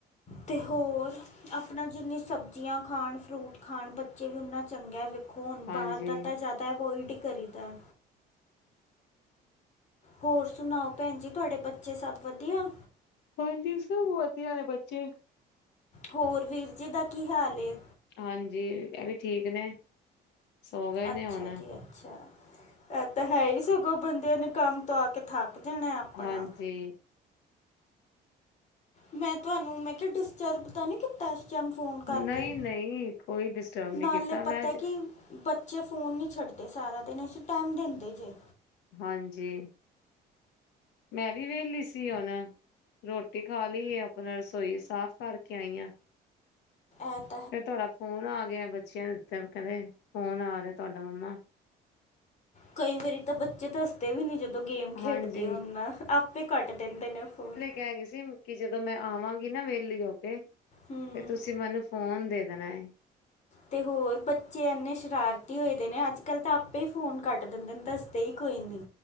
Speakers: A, on the left; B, on the left.
A: ਤਿ ਹੋਰ ਆਪਣਾ ਜਿੰਨੀ ਸਬਜ਼ੀਆਂ ਖਾਣ, ਫਰੂਟ ਖਾਣ ਬੱਚੇ ਵੀ ਉਹਨਾ ਚੰਗਾ। ਹੁਣ
B: ਹਾਂਜੀ
A: ਬਾਹਰ ਦਾ ਤਾਂ ਜ਼ਿਆਦਾ ਅਵੋਇਡ ਹੀ ਕਰੀਦਾ। ਹੋਰ ਸੁਣਾਓ ਭੈਣ ਜੀ, ਤੁਹਾਡੇ ਬੱਚੇ ਸਭ ਵਧੀਆ?
B: ਹਾਂਜੀ, ਸਭ ਵਧੀਆ ਨੇ ਬੱਚੇ।
A: ਹੋਰ ਵੀਰ ਜੀ ਦਾ ਕੀ ਹਾਲ ਏ।
B: ਹਾਂਜੀ, ਇਹ ਵੀ ਠੀਕ ਨੇ। ਸੋ ਗਏ
A: ਅੱਛਾ
B: ਨੇ ਹੁਣ
A: ਜੀ ਅੱਛਾ। ਅੱਛਾ, ਐਦਾ ਤਾਂ ਹੈ ਹੀ ਸਗੋਂ ਬੰਦਿਆਂ ਨੇ ਕੰਮ ਤੋਂ ਆ ਕੇ ਥੱਕ ਜਾਣਾ। ਆਪਣਾ
B: ਹਾਂਜੀ।
A: ਮੈਂ ਤੁਹਾਨੂੰ, ਮੈਂ ਕਿਹਾ ਡਿਸਟਰਬ ਤਾਂ ਨਹੀਂ ਕਿ ਇਸ ਟਾਈਮ ਫੋਨ ਕਰਕੇ,
B: ਨਹੀਂ ਨਹੀਂ ਕੋਈ ਡਿਸਟਰਬ ਨਹੀਂ
A: ਨਾਲੇ
B: ਕੀਤਾ
A: ਪਤਾ
B: ਮੈਂ
A: ਕਿ ਬੱਚੇ ਫੋਨ ਨਹੀਂ ਛੱਡਦੇ ਸਾਰਾ ਦਿਨ, ਅਸੀਂ ਟਾਈਮ ਦਿੰਦੇ ਜੇ।
B: ਹਾਂਜੀ। ਮੈਂ ਵੀ ਵੇਹਲੀ ਸੀ ਹੁਣ, ਰੋਟੀ ਖਾ ਲਈਏ ਆਪਣਾ ਰਸੋਈ ਸਾਫ਼ ਕਰਕੇ ਆਈ ਆ।
A: ਆਪ <unintelligible>
B: ਫਿਰ ਤੁਹਾਡਾ ਫੋਨ ਆ ਗਿਆ ਬੱਚਿਆਂ ਨੂੰ ਕਦੇ, ਫੋਨ ਆ ਰਿਹਾ ਤੁਹਾਡਾ ਮੰਮਾ।
A: ਕਈ ਵਾਰੀ ਤ ਬਧ ਜੇ ਦੱਸਦੇ ਵੀ ਨ ਜਦੋਂ ਗੇਮ ਖੇਡਦੇ
B: ਹਾਂਜੀ
A: ਹੋ ਨਾ, ਆਪੇ ਕੱਟ ਦਿੰਦੇ ਨੇ ਉਹ ਫੋਨ।
B: ਕਿਹ ਗਏ ਸੀ। ਕਿ ਜਦੋਂ ਮੈਂ ਆਵਾਂਗੀ ਨਾ ਵਿਹਲੀ ਹੋ ਕੇ,
A: ਹੂੰ
B: ਤੇ ਤੁਸੀਂ ਮੈਨੂੰ ਫੋਨ ਦੇ ਦੇਣਾ ਹੈ।
A: ਤੇ ਹੋਰ ਬੱਚੇ ਇੰਨੇ ਸ਼ਰਾਰਤੀ ਹੋਏ ਦੇ ਨੇ ਅੱਜ ਕੱਲ੍ਹ ਤਾਂ ਆਪੇ ਹੀ ਫੋਨ ਕੱਟ ਦਿੰਦੇ ਨੇ ਦੱਸਦੇ ਹੀ ਕੋਈ ਨਹੀਂ।